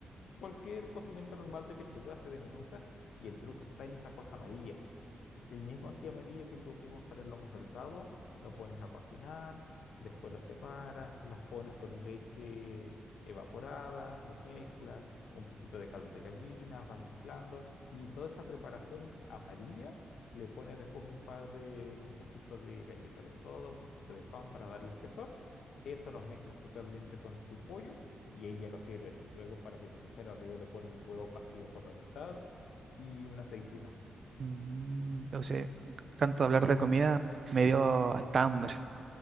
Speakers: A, on the left; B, on the right.
A: Cualquier cocimiento normal de pechuga se desmenuza y el truco está en esa cosa amarilla el mismo ají amarillo que tú ocupas para el lomo saltado, lo pones a cocinar, después lo separas, los pones con leche evaporada, los mezclas, un poquito de caldo de gallina, vas mezclando y toda esa preparación amarilla le pones después un par de, un poquito de galleta de soda, un poquito de pan para darle espesor. Eso lo mezclas totalmente con tu pollo y ahí ya lo sirves. Luego para finalizar arriba le pones un huevo partido por la mitad y una aceituna.
B: Mm, o sea, tanto hablar de comida me dio hasta hambre.